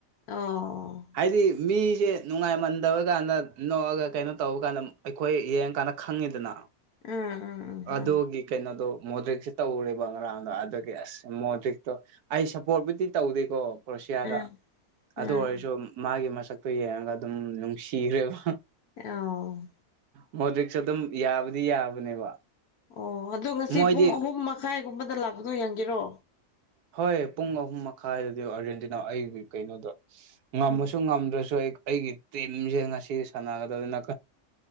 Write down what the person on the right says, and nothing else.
ꯍꯥꯏꯗꯤ ꯃꯤꯁꯦ ꯅꯨꯡꯉꯥꯏꯃꯟꯗꯕ ꯀꯥꯟꯗ ꯅꯣꯛꯑꯒ ꯀꯩꯅꯣ ꯇꯧꯕ ꯀꯥꯟꯗ ꯑꯩꯈꯣꯏ ꯌꯦꯡꯀꯥꯟꯗ ꯈꯪꯉꯤꯗꯅ
ꯑꯗꯒꯤ ꯀꯩꯅꯗꯣ ꯃꯣꯗ꯭ꯔꯤꯛꯁꯦ ꯇꯧꯔꯦꯕ ꯉꯔꯥꯡꯗꯣ ꯑꯗꯨꯒꯤ ꯑꯁ ꯃꯣꯗ꯭ꯔꯤꯛꯇꯣ ꯑꯩ ꯁꯞꯄꯣꯔꯠꯕꯨꯨꯗꯤ ꯇꯧꯗꯦꯀꯣ ꯀ꯭ꯔꯣꯁꯤꯌꯥꯗ
ꯑꯗꯨ ꯑꯣꯏꯔꯁꯨ ꯃꯥꯒꯤ ꯃꯁꯛꯇꯨ ꯌꯦꯡꯉꯒ ꯑꯗꯨꯝ ꯅꯨꯡꯁꯤꯈ꯭ꯔꯦꯕ
ꯃꯣ ꯔꯤꯛꯁ ꯑꯗꯨꯝ ꯌꯥꯕꯗꯤ ꯌꯥꯕꯅꯦꯕ
ꯃꯣꯏꯗꯤ
ꯍꯣꯏ ꯄꯨꯡ ꯑꯍꯨꯝ ꯃꯈꯥꯏꯗꯗꯤ ꯑꯥꯔꯖꯦꯟꯇꯤꯅꯥ ꯑꯩꯒꯤ ꯀꯩꯅꯣꯗ ꯉꯃꯁꯨ
ꯉꯝꯗ꯭ꯔꯁꯨ ꯑꯩ ꯑꯩꯒꯤ ꯇꯤꯝꯁꯦ ꯉꯁꯤ ꯁꯥꯟꯅꯒꯗꯕꯅꯤꯅ